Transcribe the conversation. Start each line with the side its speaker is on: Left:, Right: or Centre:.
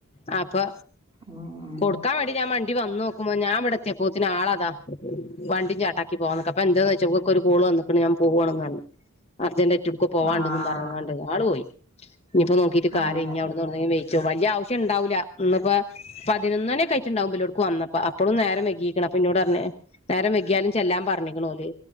Left: ആ ഇപ്പൊ
Right: ഉം ഉം
Left: കൊടുക്കാൻ വേണ്ടി ഞാൻ മ ണ്ടി വന്നോക്കുമ്പോ ഞാമ്പടെ എത്തിയെപോത്തിന് ആളാതാ. വണ്ടി ചാട്ടാക്കി പോകാന്ന്ക്ക അപ്പൊ എന്തോന്ന് ചോയ്ച്ചപ്പ ഇവക്കൊരു കോള് വന്ന്ക്ക്ണ് ഞാൻ പോവാണ്ന്ന് പറഞ്ഞു അർജ ടുക്കോ പോവാണ്ട്‌ന്നും
Right: ആഹ്
Left: പറഞ്ങ്ങാണ്ട്‌ ആള് പോയി. ഇനിപ്പോ നോക്കീട്ട്
Right: അങ്ങനെ
Left: കാര്യല്ല ഇഞ്ഞ് അവിട്ന്ന് ഔട്ന്നെങ്കിലും വൈ ചോ. വല്ലിയെ ആവശ്യം ണ്ടാവൂല്ല ന്ന്‌പ്പ പതിനൊന്നണി ഒക്കെ ആയിറ്റ്ണ്ടാവും ഇബലൊടുക്ക് വന്നപ്പോ അപ്പളും നേരം വൈകീക്ക്ണ്. അ പിന്നോട് പറഞ്ഞ നേരം വെക്കിയാലും ചെല്ലാം പറഞ്ഞിക്കണ പോല്